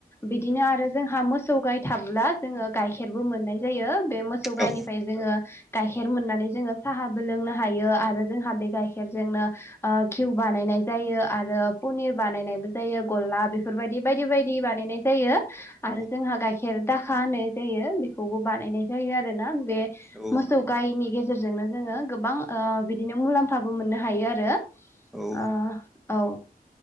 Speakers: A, on the left; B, in the centre.
A: बिदिनो आरो जोंहा मोसौ गाय थाब्ला जोङो गाइखेरबो मोननाय जायो बे मोसौ गायनिफ्राय
B: औ
A: जोङो गाइखेर मोननानै जोङो साहाबो लोंनो हायो आरो जोंहा बे गाइखेरजोंनोिउ बानायनाय जायो आरो पनिर बानायनाय बो जायो गलला बेफोरबायदि बायदि बायदि बानायनाय जायो
B: औ
A: आरो जोंहा गाइखेर दाखा होनाय जायो बेखौबो बानायनाय जायो आरो ना बे
B: औ
A: मोसौ गायनि गेजेरजोंनो जोङो गोबां ओ बिदिनो मुलाम्फाबो मोननो हायो आरो
B: औ
A: ओ औ